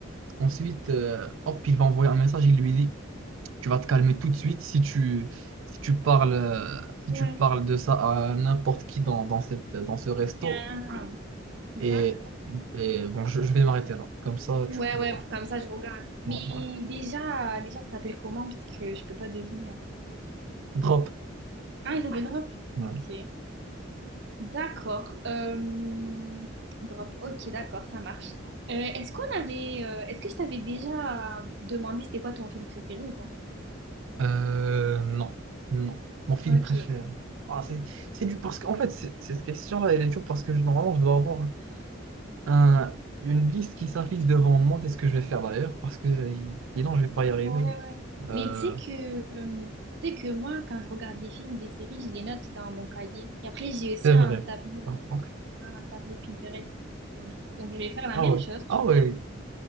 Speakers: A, on the right (about 80°); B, on the right (about 60°).
A: ensuite euh, hop, il va envoyer un message, il lui dit tu vas te calmer tout de suite si tu, si tu parles, euh,
B: Ouais.
A: si tu parles de ça à n'importe qui dans, dans cette, dans ce resto.
B: Ah, d'accord.
A: Et, et bon, je, je vais m'arrêter là. Comme ça,
B: Ouais,
A: tu peux.
B: ouais,
A: ouais,
B: comme ça, je regarde. Mais
A: ouais.
B: déjà, déjà, ça s'appelle comment? Parce que je peux pas deviner, en fait.
A: Drop.
B: Ah, ils s'appelle Drop.
A: Ouais.
B: Ok. D'accord. Euh, Drop. Ok, d'accord, ça marche. Euh, est-ce qu'on avait, euh, est-ce que je t'avais déjà demandé c'était quoi ton film préféré ou pas?
A: Euh, non, non. Mon film
B: Ok.
A: préféré. Ah, c'est, c'est dur parce qu'en fait, c'est- cette question-là, elle est dure parce que je- normalement, je dois avoir un- une liste qui s'affiche devant moi. C'est ce que je vais faire d'ailleurs parce que euh, sinon, je vais pas y arriver.
B: Ouais, ouais.
A: Euh,
B: Mais tu sais que, euh, tu sais que moi, quand je regarde des films, des séries, je les note dans mon cahier. Et après, j'ai aussi
A: c'est
B: un
A: vrai.
B: tableau,
A: Ah, ok.
B: un tableau Pinterest que je les mets. Donc, je vais faire la
A: Ah
B: même
A: ouais.
B: chose, tu
A: Ah ouais.
B: sais.